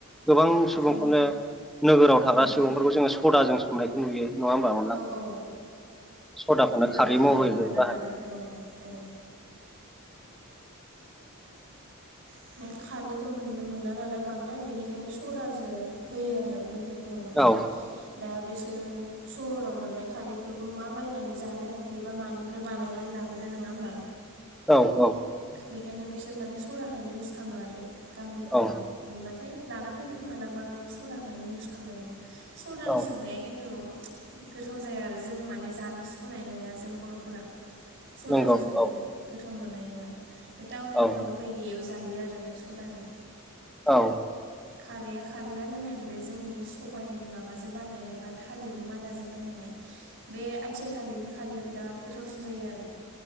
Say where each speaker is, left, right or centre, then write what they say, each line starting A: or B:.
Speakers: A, in the centre; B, on the right.
A: गोबां सुबुंफोरनो
B: औ
A: नोगोराव थाग्रा
B: उम
A: सुबुं फोरखौ जोङो सदाजों संनायखौ नुयो। नङा होमबा अनला
B: औ औ।
A: सदाखौनो
B: नोगोराव खारै
A: महरै
B: मोना
A: बाहायो
B: नालाय औ औ।
A: <inaudible>
B: ओमफ्राय खारैखौ मोन मोना नालाय बांद्राय बेनिखायनो सदाजों होयो आरो नोगोर फोराव माने
A: औ
B: दा बिसोरो सहराव मोननाय खारैखौबो मा बायनानै जानो, बेबा मानि फ्राय बानायनानै लाबोदो नङा होनबा?
A: <inaudible> औ
B: बेखायनो बिसोर माने सदाखौनो इउस खालामो आरो गामिफोराव
A: औ
B: मोनबाथाय लाना फैबाय मोनाबा बे सदाखौनो इउस खालामबाय आरो। सदाजों
A: औ
B: संनाया खिन्थु गोथाव जाया आरो, जों माने जानो सुखुनाय नङा जों बर'फोरा सदाजो
A: नंगौ
B: संनायखौ।
A: औ
B: गोथाव मोननाय नङा बे टाउननिफोराव
A: औ
B: उफाय गैयैयाव जायो आरो बे सदाजों।
A: औ
B: खारैया खारैआनो मेन बे जोंनि सबायाइनि माबाजों बानायनाय बा थालिरनि मादाजों बानायनाय बे आथिया थालिरनि खारिया बिराद गोथावसिन जायो आरो।